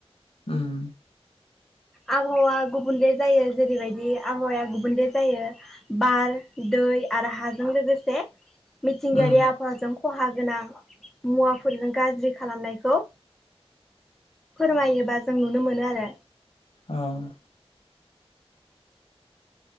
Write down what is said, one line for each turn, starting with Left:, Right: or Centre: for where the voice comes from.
Left: उम
Centre: आबहावा गुबुनले जायो। जेरैबायदि आबहावाया गुबुंले जायो। बार दै आरो हाजों लोगोसे मिथिंगारिया
Left: उम
Centre: आबहावाजों खहा गोनां मुवाफोरजों गाज्रि खालामनायखौ फोरमायोबा जों नुनो मोनो आरो।
Left: औ